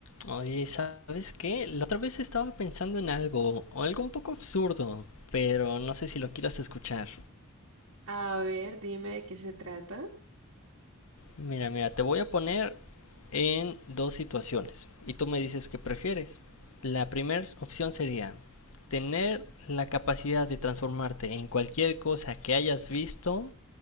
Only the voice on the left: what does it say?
Oye, ¿sabes qué? La otra vez estaba pensando en algo, o algo un poco absurdo, pero no sé si lo quieras escuchar.
Mira, mira, te voy a poner en dos situaciones y tú me dices qué prefieres. La primera opción sería tener la capacidad de transformarte en cualquier cosa que hayas visto